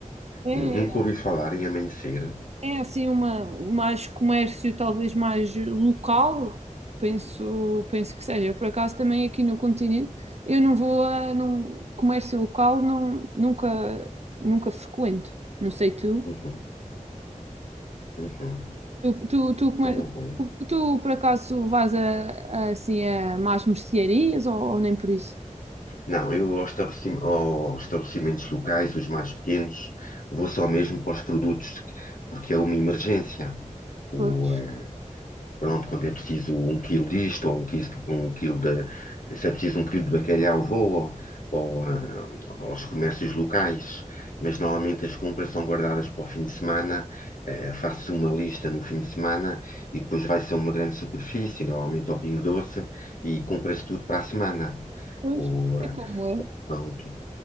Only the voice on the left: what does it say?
Nu- Nunca ouvi falar em amanhecer
Uhum. Uhum.
Tá bem.
Não, eu aos estabelecim- aos estabelecimentos locais, os mais pequenos, vou só mesmo para os produtos, porque é uma emergência.
eh, Pronto, quando é preciso um quilo disto, ou um quilo, um quilo de, se é preciso um quilo de bacalhau, vou ou, ou, ah, aos comércios locais. Mas normalmente as compras são guardadas para o fim de semana, eh, faço uma lista no fim de semana e depois vai-se a uma grande superfície, normalmente ao Pingo Doce, e compra-se tudo para a semana.
Ou, eh,
pronto.